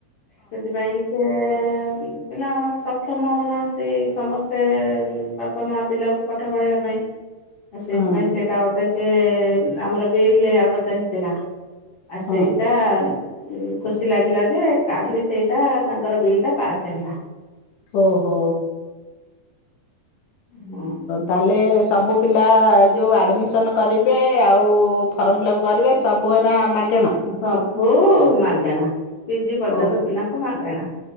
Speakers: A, on the left; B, on the left.
A: ସେଥିପାଇଁ କି ସେ ଏ ପିଲା ସକ୍ଷମ ହଉନାହାନ୍ତି ସମସ୍ତେ ଏ ବା ବାପା ମା ପିଲାଙ୍କୁ ପାଠ ପଢ଼େଇବା ପାଇଁ ଆଉ ସେଇଥିପାଇଁ
B: ହଁ।
A: ସେ ସେଟା ଗୋଟେ ସେ ଆମର ବିଲ୍ ଆଗତ ହେଇଥିଲା ଆଉ
B: ହଁ
A: ସେଇଟା
B: ହଁ
A: ଉମ ଉ ଖୁସି ଲାଗିଲାଯେ କାଲି ସେଇଟା ତାଙ୍କର ବିଲ୍ ଟା ପାସ୍ ହେଲା।
B: ଓହୋ।
A: ହୁଁ <inaudible>
B: ତାହେଲେ ସବୁ ପିଲା ଯେଉ ଆଡ଼ମିସନ୍ କରିବେ ଆଉ ଫର୍ମ ଫିଲ୍ଅପ୍ କରିବେ ଏସବୁଏରା ମାଗଣା
A: ସବୁ-ଉ ମାଗେଣା ପିଜି ପର୍ଯ୍ୟନ୍ତ
B: ଓ
A: ପିଲାଙ୍କୁ ମାଗଣା।